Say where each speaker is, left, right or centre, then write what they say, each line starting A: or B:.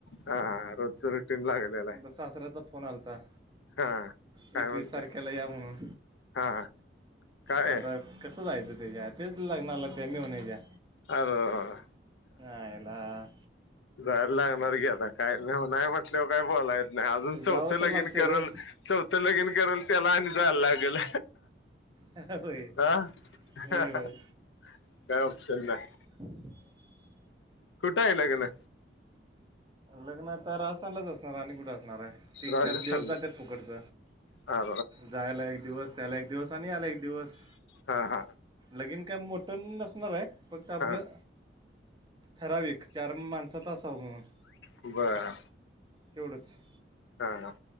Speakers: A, on the left (about 85°); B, on the right (about 25°).
A: हा रोजच रुटीन लागल्या.
B: एकदा सासऱ्याचा फोन आलता.
A: हा
B: एकवीस
A: काय म्हणतय
B: तारखेला या म्हणून.
A: हा काय
B: मता कसं जायचं त्याच्या तेच लग्नाला त्या मेव्हण्याच्या?
A: आ अहं
B: आयला
A: जायला लागणार की आता काय नाही म्हटल्यावर काय बोलायेत नाही अजून
B: ते
A: चौथ
B: जावं
A: लगिन
B: तर लागते
A: करल
B: रे
A: चौथं लगिन करल त्याला आणि जायला लागल.
B: होय
A: आ
B: होय
A: काय
B: होय
A: ऑप्शन नाही.
B: <inaudible>
A: कुठ आहे लग्न?
B: लग्न आता राजस्थानला असणार आणि कुठ असणार हाय? तीन,
A: राजस्थानला
B: चार दिवस जात्यात फुकटच.
A: हा
B: जायला एक दिवस त्याला एक दिवस आणि याला एक दिवस.
A: हा हा.
B: लगिन काय मोठं नसणार आहे फक्त आपलं
A: हा
B: ठराविक चार माणसात असाव म्हणून.
A: बर.
B: तेवढंच.
A: हा हा.